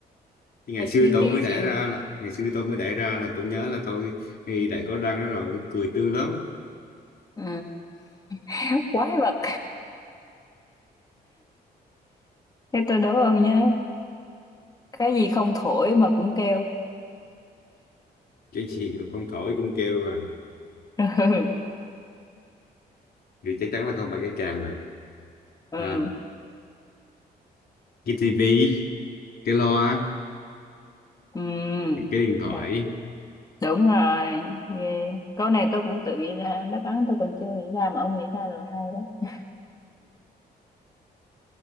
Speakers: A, on the left; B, on the left.
A: thì ngày
B: thấy
A: xưa
B: trí
A: tôi
B: tuệ
A: mới đẻ
B: siêu
A: ra là ngày xưa tôi mới đẻ ra là tôi nhớ là tôi thì đã có răng đó rồi tôi cười tươi lắm
B: ừ. <laughs> quái vật thế tôi đố ông nhá cái gì không thổi mà cũng kêu
A: cái gì mà không thổi cũng kêu à
B: <laughs> ừ
A: thì chắc chắn là không phải cái càng
B: ừ
A: à, cái tivi cái loa
B: ừ
A: cái cái điện thoại
B: Thật. đúng rồi ghê câu này tôi cũng tự nghĩ ra đáp án tôi còn chưa nghĩ ra mà ông nghĩ ra rồi hay đó